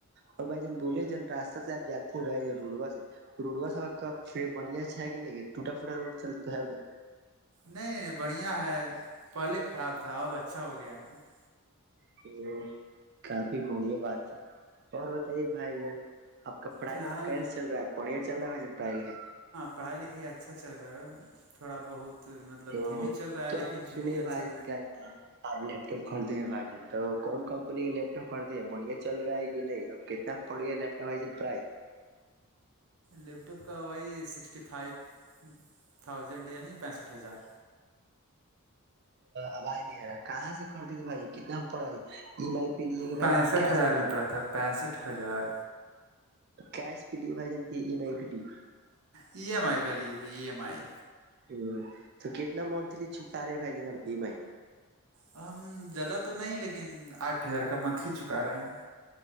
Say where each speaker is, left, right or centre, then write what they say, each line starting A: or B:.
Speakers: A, on the right; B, on the right.
A: اور بھائی جان بولے جن راستہ سے آپ جاتے ہیں بھائی جن روڑوا سے روڈوا سا کا بڑیا سے ہے کہ نہیں یہ ٹوٹا فوٹا روڈ چلتا ہے ادھر
B: نہیں نہیں نہیں بڑھیا ہے پہلے خراب تھا اب اچھا ہو گیا ہے نا <unintelligible>
A: تو کافی بڑیا بات ہے اور بتائیے بھائی جان آپ کاڑھائی
B: فی الحال
A: لکھے کیس چ رہا پڑیا چ رہا ہے پڑھائی لکھائی
B: پڑھائی لکھائی اچھا چل رہا تھوڑا بہت مطلب
A: ا
B: دھیمی چل رہا ہے
A: تو
B: لیکن پھر
A: سنی
B: بھی اچھا
A: بھائی جن کیا یہ <unintelligible> آپ لیپ ٹاپ خریدی ہیں بھائی ج تو کون کمپنی کا لیپ ٹاپ خریدے ہیں بڑھیا چل رہا ہے کہ نہیں اب ک پڑ گیا لیپٹاپ وے پرائے
B: لیپ ٹاپ کا وہی سکسٹی فائیو تھاؤزینڈ یعنی پینسٹھ ہزار
A: آبھائی نہیں ا کہاں سے کرتی تو بھائی کتنا پڑا ای ایم آئی پہ لیے کہ
B: پینسٹھ
A: بھ کیش
B: ہزار
A: پہ
B: میں
A: لیے
B: پڑا تھا پینسٹھ ہزار
A: کیش پہ لیے بھائی جان کے ای ایم آئی پہ لیے
B: ای ایم آئی پہ لیے ای ایم آئی
A: ہ تو کتنا منتھلی چکا رہے بھائی جناب ای ایم آئی
B: ہم زیادہ تو نہیں لیکن آٹھ ہزار کا منتھلی چکا رہے ہیں